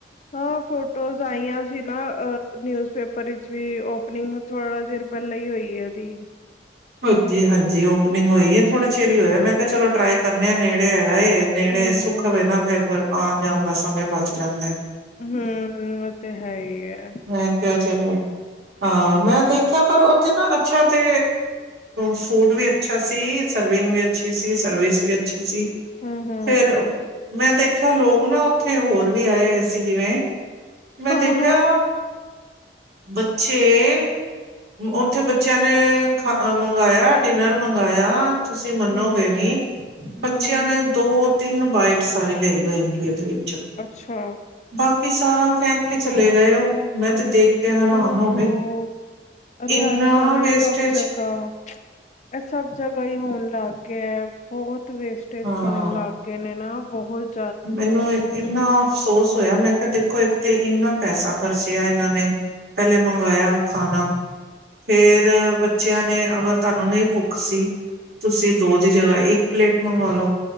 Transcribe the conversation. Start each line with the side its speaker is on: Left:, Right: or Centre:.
Left: ਹਾਂ ਫੋਟੌਜ ਆਈਆਂ ਸੀ ਨਾ ਨਿਊਜ਼ ਪੇਪਰ ਵਿੱਚ ਵੀ ਓਪਨਿੰਗ ਥੋੜਾ ਚਿਰ ਪਹਿਲਾਂ ਹੀ ਹੋਈ ਹੈ ਇਹਦੀ
Right: ਹਾਂਜੀ ਹਾਂਜੀ ਓਪਨਿੰਗ ਹੋਈ ਹੈ ਥੋੜਾ ਚਿਰ ਹੀ ਹੋਇਆ ਮੈਂ ਕਿਹਾ ਚਲੋ ਟਰਾਈ ਕਰਨੇ ਨੇੜੇ ਨੇੜੇ ਹੈਗਾ ਏ ਨੇੜੇ
Left: ਹੂੰ
Right: ਸੁੱਖ ਵੇ ਨਾ ਫਿਰ ਆਨ ਜਾਨ ਦਾ ਸਮੇ ਬਚ ਜਾਂਦਾ।
Left: ਹੂੰ, ਓਹ ਤੇ ਹੈ ਈ ਅ।
Right: ਮੈਂ ਕਿਹਾ ਚਲੋ ਹਾਂ ਮੈਂ ਦੇਖਿਆ ਪਰ ਓਥੇ ਨਾ ਅੱਛਾ ਤੇ ਫੂਡ ਵੀ ਅੱਛਾ ਸੀ ਸਰਵਿੰਗ ਵੀ ਅੱਛੀ ਸੀ ਸਰਵਿਸ ਵੀ ਅੱਛੀ ਸੀ
Left: ਹੂੰ-ਹੂੰ
Right: ਫੈਰ ਮੈਂ ਦੇਖ ਯਾ ਲੋਗ ਨਾ ਓਥੇ ਹੋਰ ਵੀ ਆਏ ਅਏ ਸੀ ਜਿਵੇਂ ਮੈਂ
Left: ਹਾਂ-ਹਾਂ
Right: ਦੇਖਿਆ ਬੱਚੇ
Left: ਹੂੰ
Right: ਓਥੇ ਬੱਚਿਆਂ ਨੇ ਖਾ ਮੰਗਾਇਆ, ਡਿਨਰ ਮੰਗਾਇਆ ਤੁਸੀਂ ਮੰਨੋਗੇ
Left: ਹੂੰ-ਹੂੰ
Right: ਨਹੀਂ ਬੱਚਿਆਂ
Left: ਹੂੰ
Right: ਨੇ
Left: ਹੂੰ
Right: ਦੋ ਤਿੰਨ ਬਾਈਟ ਸਾਰੀ ਲਈ ਹੋਏਗੀ ਓਹਦੇ ਵਿੱਚੋਂ।
Left: ਅੱਛਾ
Right: ਬਾਕੀ ਸਾਰਾ ਫੇਂਕ ਕੇ ਚਲੇ ਗਏ ਓ, ਮੈਂ ਤੇ ਦੇਖ ਕੇ ਹੈਰਾਨ
Left: ਓਹ
Right: ਹੋ
Left: ਹੋੋ
Right: ਗਈ
Left: ਅਰੇ
Right: ਇੰਨਾ
Left: ਅੱਜ ਕੱਲ ਐ
Right: ਵੇਸਟੇਜ
Left: ਸਭ ਜਗ੍ਹਾ ਇਹ ਸਭ ਜਗ੍ਹਾ ਹੀ ਹੋਣ ਲੱਗ ਗਿਆ ਬਹੁਤ ਵੇਸਟੇਜ
Right: ਹਾਂ
Left: ਕਰਨ ਲੱਗ ਗਏ ਨੇ ਨਾ ਬੋਹੁਤ
Right: ਮੈਨੂੰ ਇੰਨਾ ਅਫਸੋਸ ਹੋਇਆ ਮੈਂ ਕਿਹਾ ਦੇਖੋ ਇੱਕ ਤੇ ਇੰਨਾ ਪੈਸਾ ਖਰਚਿਆ ਇਹਨਾਂ ਨੇ ਪਹਿਲੇ ਮੰਗਾਇਆ ਖਾਨਾ ਫੈਰ ਬੱਚਿਆਂ ਨੇ ਅਗਰ ਤੁਹਾਨੂੰ ਨਹੀਂ ਭੁੱਖ ਸੀ ਤੁਸੀਂ ਦੋ ਦੀ ਜਗ੍ਹਾ ਇੱਕ ਪਲੇਟ ਮੰਗਵਾ ਲੋ।